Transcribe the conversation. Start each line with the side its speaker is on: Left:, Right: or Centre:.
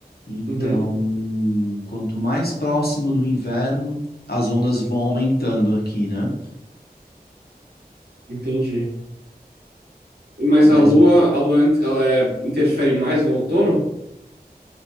Left: Então,
Right: Uhum,
Left: quanto mais próximo do inverno, as ondas vão aumentando aqui, né?
Right: entendi. E- Mas
Left: Mas
Right: a lua, a lua, int- ela é- interfere mais no outono?